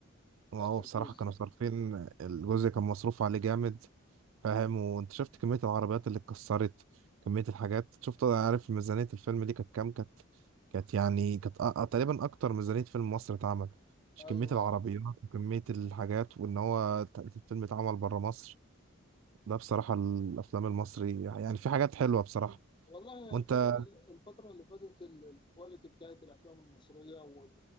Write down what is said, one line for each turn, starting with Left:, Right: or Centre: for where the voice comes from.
Right: وهو
Left: اخر
Right: بصراحة
Left: جزء
Right: كانوا صارفين الجزء كان مصروف عليه جامد فاهم وانت شفت كمية العربيات اللي اتكسرت كمية الحاجات شفت عارف ميزانية الفيلم دي كانت كام كانت كانت يعني كانت أ- أ- تقريبا أكتر ميزانية فيلم مصر اتعمل مش
Left: ايوه
Right: كمية العربيات وكمية الحاجات وإن هو ت- الفيلم اتعمل برا مصر ده بصراحة الأفلام المصري يعني في حاجات حلوة بصراحة
Left: والله
Right: وأنت
Left: الفترة الفترة اللي فاتت ال- الكواليتي بتاعت الأفلام المصرية وال-